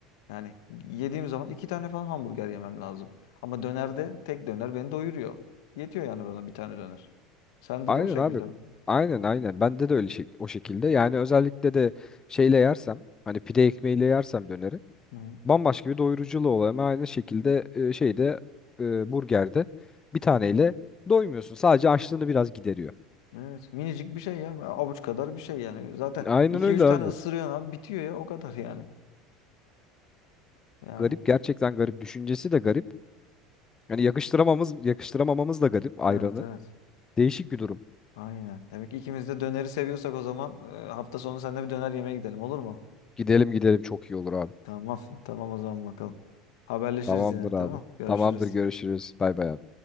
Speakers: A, on the left; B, on the left.
A: Yani yediğim zaman iki tane falan hamburger yemem lazım. Ama dönerde tek döner beni doyuruyor. Yetiyor yani bana bir tane döner. Sende
B: Aynen
A: de o şekilde
B: abi. Aynen aynen. Bende de öyle şey, o şekilde. Yani özellikle de şeyle yersem hani pide ekmeğiyle yersem döneri
A: mi?
B: bambaşka bir doyuruculuğu oluyor. Ama aynı şekilde e, şeyde e, burgerde bir taneyle doymuyorsun. Sadece açlığını biraz gideriyor.
A: Evet. Minicik bir şey ya. Avuç kadar bir şey yani. Zaten
B: Aynen
A: iki
B: öyle
A: üç
B: abi.
A: tane ısırıyorsun abi bitiyor ya o kadar yani. Yani.
B: Garip gerçekten garip. Düşüncesi de garip. Yani yakıştıramamız yakıştıramamamız da garip ayranı.
A: Evet evet.
B: Değişik bir durum.
A: Aynen. Demek ki ikimiz de döneri seviyorsak o zaman e, hafta sonu seninle bir döner yemeye gidelim olur mu?
B: Gidelim gidelim çok iyi olur abi.
A: Tamam. <laughs> Tamam o zaman bakalım. Haberleşiriz
B: Tamamdır
A: yine.
B: abi.
A: Tamam. Görüşürüz.
B: Tamamdır görüşürüz. Bay bay abi.